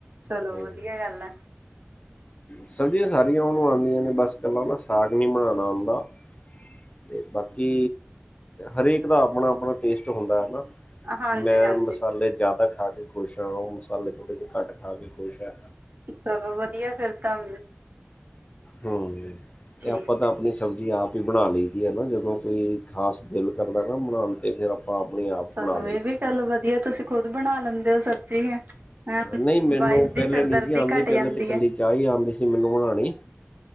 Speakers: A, on the right; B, on the left.
A: ਚਲੋ
B: ਹੂੰ
A: ਵਧੀਆ ਗੱਲ ਐ।
B: ਸਬਜ਼ੀਆਂ ਸਾਰੀਆਂ ਉਹਨੂੰ ਆਂਦੀਆਂ ਨੇ, ਬਸ ਇਕੱਲਾ ਨਾ ਸਾਗ ਨੀ ਬਣਾਣਾ ਆਂਦਾ। ਤੇ ਬਾਕੀ ਹਰੇਕ ਦਾ ਆਪਣਾ ਆਪਣਾ ਟੇਸਟ ਹੁੰਦਾ ਐ ਨਾ।
A: ਹਾਂਜੀ-ਹਾਂਜੀ,
B: ਮੈਂ ਮਸਾਲੇ ਜ਼ਿਆਦਾ ਖਾ ਕੇ ਖੁਸ਼ ਆ, ਉਹ ਮਸਾਲੇ ਥੋੜ੍ਹੇ ਜਿਹੇ ਘੱਟ ਖਾ ਕੇ ਖੁਸ਼ ਐ।
A: ਚਲੋ ਵਧੀਆ ਫਿਰ ਤਾਂ
B: ਹੂੰ
A: ਠੀਕ
B: ਆਪਾਂ ਤਾਂ ਆਪਣੀ
A: ਹੈ,
B: ਸ ਸਬਜ਼ੀ ਆਪ ਹੀ ਬਣਾ ਲਈ ਦੀ ਆ, ਨਾ ਜਦੋਂ ਕੋਈ‌ ਖਾਸ ਦਿਲ ਕਰਦਾ ਨਾ ਬਣਾਣ 'ਤੇ ਆਪ ਆਪਣੇ ਆਪ
A: ਚਲੋ
B: ਬਣਾ ਲਈ
A: ਇਹ ਵੀ
B: ਦੀ ਹੈ
A: ਗੱਲ ਵਧੀਆ ਤੁਸੀਂ ਖੁਦ ਬਣਾ ਲੈਂਦੇ ਹੋ ਸਬਜ਼ੀ। ਹੂੰ
B: ਨਹੀਂ ਮੈਨੂੰ
A: ਵਾਈਫ ਦੀ
B: ਪਹਿਲੇ
A: ਸਰਦਰਦੀ
B: ਨਹੀਂ ਸੀ ਆਉਂਦੀ
A: ਘੱਟ
B: ਪਹਿਲੇ
A: ਜਾਂਦੀ
B: ਤੇ ਇਕੱਲੀ
A: ਐ।
B: ਚਾਹ ਹੀ ਆਉਂਦੀ ਸੀ ਮੈਨੂੰ ਬਣਾਉਣੀ